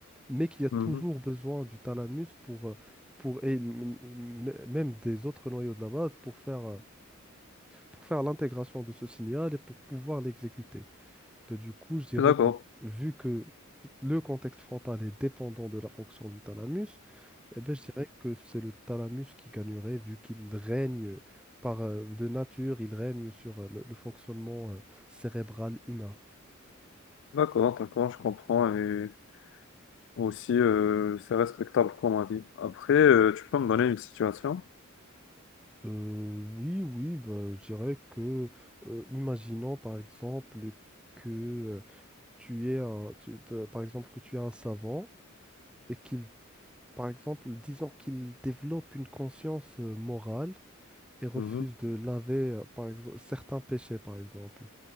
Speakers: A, in the centre; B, on the left (about 60°).
A: mais qui a toujours
B: mhm.
A: besoin du thalamus pour, euh, pour et m- m- même des autres noyaux de la base pour faire euh, pour faire l'intégration de ce signal et pour pouvoir l'exécuter. Ben, du coup, je dirais
B: D'accord.
A: que vu que le contexte frontal est dépendant de la fonction du thalamus, eh ben, je dirais que c'est le thalamus qui gagnerait vu qu'il règne par euh, de nature, il règne sur euh, le, le fonctionnement euh, cérébral humain.
B: D'accord, d'accord, je comprends. Et aussi, euh, c'est respectable comme avis. Après, euh, tu peux me donner une situation?
A: Euh, oui, oui, ben, je dirais que, euh, imaginons par exemple que euh, tu es un, tu- pa- par exemple que tu es un savant et qu'il Par exemple, disons qu'ils développent une conscience euh, morale et refusent
B: Mhm.
A: de laver, euh, par exemple, certains péchés, par exemple.